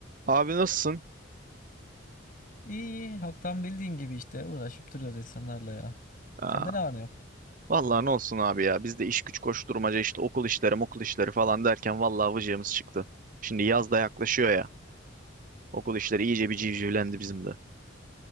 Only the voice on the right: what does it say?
Abi nasılsın?
Aa,
vallahi ne olsun abi ya. Biz de iş güç koşturmaca işte okul işleri, okul işleri falan derken vallahi vıcığımız çıktı. Şimdi yaz da yaklaşıyor ya. Okul işleri iyice bir civcivlendi bizim de.